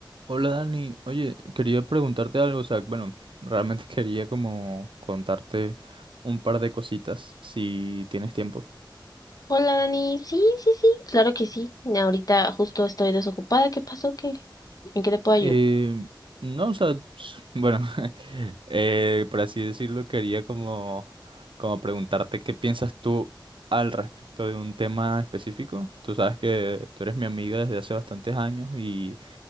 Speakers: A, on the right; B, on the left.
A: Hola Dani, oye, quería preguntarte algo, o sea, bueno, realmente <laughs> quería como contarte un par de cositas, si tienes tiempo.
B: Hola Dani, sí, sí, sí, claro que sí. Ahorita justo estoy desocupada. ¿Qué pasó? ¿Qué? ¿En qué te puedo
A: Eh,
B: ayudar?
A: no, o sea, s- bueno, <laughs> eh, por así decirlo, quería como, como preguntarte qué piensas tú al respecto de un tema específico. Tú sabes que tú eres mi amiga desde hace bastantes años y,